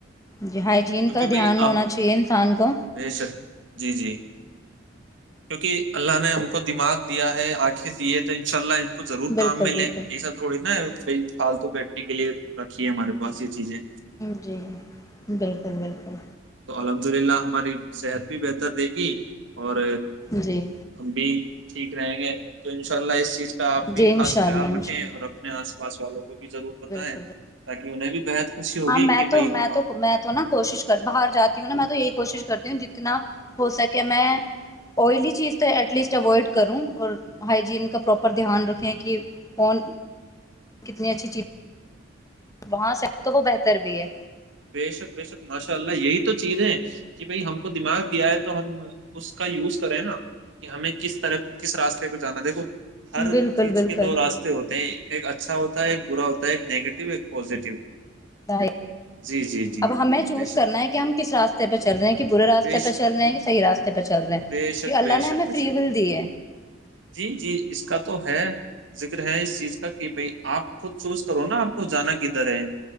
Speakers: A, on the left; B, on the right.
A: جی ہائیجین
B: کیونکہ
A: کا
B: بھائی
A: دھیان ہونا
B: آپ
A: چاہیے انسان کو
B: بے شک جی جی کیونکہ اللہ نے ہم کو دماغ دیا ہے آنکھیں دیے تو ان شاء اللہ کو ضرور
A: بالکل
B: کام میں لیں
A: بالکل
B: یہ سب تھوڑی نا بائی پالتو بیٹھنے کے لیے رکھی ہے ہمارے پاس چیزیں
A: جی بالکل بالکل
B: تو الحمد للہ ہماری صحت بھی بہتر رہے گی اور
A: جی
B: ہم بھی ٹھیک رہیں گے تو انشاء اللہ اس چیز کا آپ بھی
A: جی ان
B: خاص
A: شاء
B: خیال
A: اللہ ان
B: رکھیں
A: شاء اللہ
B: اور اپنے آس بسوو کو بھی ضرور بتائیں
A: بالکل بالکل
B: تاکہ انہیں بھی بےحد خوشی ہوگی
A: ہاں میں
B: کہ
A: تو
B: بھائی
A: میں
B: ہمارے
A: تو میں تو نا کوشش کر باہر جاتے وں میں تو یہی کوش کرتی ہوں جتنا ہو سکے میں آئلی چیز تو ایٹ لیسٹ اوائڈ کروں اور ہائجین کا پراپر دھیان رکھیں کہ کون کتنی اچھی چیزیں وہاں ست وہ بہتر بھی ہے
B: بےشک بےشک ماشاء اللہ یہی تو چیز ہے کہ بھائی ہم کو دماغ دیا ہے تو ہم اس کا یوز کریں نا کہ ہمیں کس طرح کس راستے پہ جانا دیکھو ہر
A: بالکل
B: چیز
A: بالکل
B: کے دو راستے ہوتے ہیں ایک اچھا ہوتا ہے ایک برا ہوتا ہے ایک نیگیٹو ایک پازیٹیو
A: ائے
B: جی جی جی
A: اب ہمیں چوز
B: بے شک
A: کرنا ہے کہ ہم کس راستے پہ چل رہے ہیں کہ برے راستے
B: بے شک
A: پہ چل رہے ہیں کہ صحیح راستے پہ چل رہے ہیں
B: بے شک
A: کی
B: بے
A: اللہ
B: شک
A: نے ہمیں
B: بے
A: فری
B: شک
A: ول دی ہے
B: جی جی اس کا تو ہے ذکر ہے اس چیز کا کہ بھائی آپ خود چوز کرو نا آپ کو جانا کدھر ہے